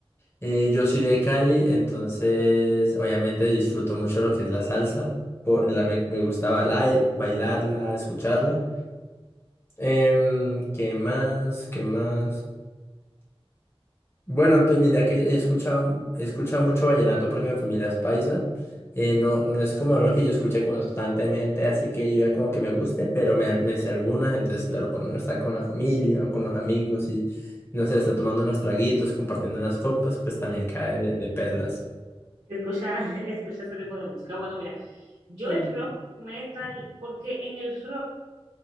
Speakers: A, on the left; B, on the right.
A: Eh, yo soy de Cali, entonces obviamente disfruto mucho lo que es la salsa. Por, la, me, me gusta bailar- bailarla, escucharla. Em, ¿qué más? ¿Qué más? Bueno, pues mira que he escuchado, he escuchado mucho vallenato porque mi familia es paisa. Eh, no, no es como algo que yo escuche constantemente, así que yo ya como que me guste, pero me, me sé algunas. Entonces, claro, cuando uno está con la familia o con los amigos y, no sé, está tomando unos traguitos, compartiendo unas copas, pues también cae de, de perlas.
B: Escucha, <laughs> escucha ese tipo de música. Bueno, mira, yo
A: Eh,
B: el rock metal, porque en el rock,